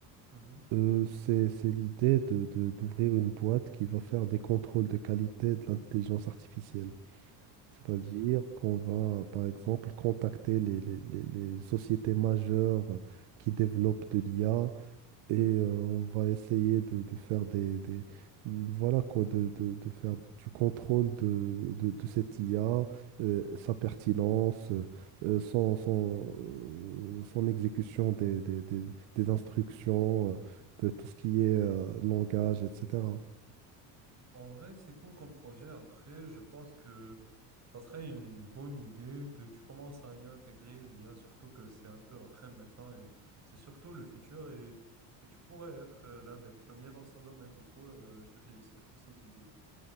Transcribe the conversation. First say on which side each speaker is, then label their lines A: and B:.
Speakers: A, on the right; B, on the right.
A: Mhm,
B: Euh, c'est, c'est l'idée de, de- d'ouvrir une boîte qui va faire des contrôles de qualité de l'intelligence artificielle. C'est-à-dire qu'on va, par exemple, contacter les, les- les- les sociétés majeures euh, qui développent de l'IA et euh, on va essayer de, de faire des, des- voilà quoi de, de- de faire du contrôle de, de, de cette IA, euh, sa
A: mhm.
B: pertinence, euh, son, son, euh, son exécution des, des, des- des instructions, euh, de tout ce qui est euh, langage, etc.
A: En vrai, c'est cool comme projet. Après, je pense que ça serait une bonne idée que tu commences à y intégrer l'IA, surtout que c'est un peu la traîne maintenant et c'est surtout le futur et, et tu pourrais être euh, l'un des premiers dans ce domaine. Du coup, euh, je te félicite pour cette idée.